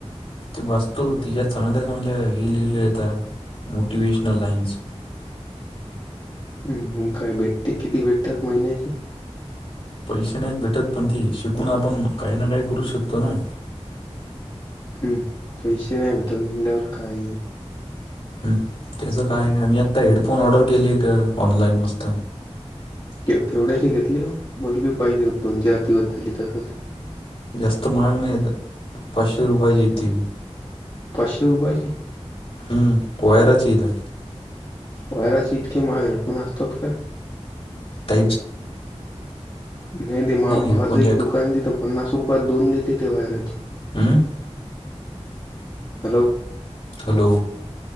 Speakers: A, on the left (about 60°); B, on the left (about 40°).
A: ते वास्तू तिच्या चांगल्या हल ह मोटिवेशनल लाइन्स.
B: हम्, मग काय भेटते, किती भेटतात महिन्याचे?
A: पैसे नाहीत भेटत, पण ते शिकून आपण काही ना काही करू शकतो ना.
B: हम्, पैसे नाही भेटन मनलवर काय?
A: हम्, त्याच काय आम्ही आता हेडफोन ऑर्डर केलेय ग, ऑनलाइन मस्त.
B: केवढ्याचे घेतले हो? मलबी पाहिजे हो दोन चार दिवस झाली तसच.
A: जास्त महाग नै, पाचशे रुपयेचे यत ते बि.
B: पाचशे रूपयाची?
A: हम्म, वायरचेत्या.
B: व्हायराचे इतके माग हेडफोन असतात का?
A: टईप
B: नाही दे मा भावाच
A: हेडफोन
B: एक
A: जॅक
B: दुकान तित पन्नास रुपयात दोन देते ते वायराची.
A: हम्म,
B: हॅलो,
A: हॅलो,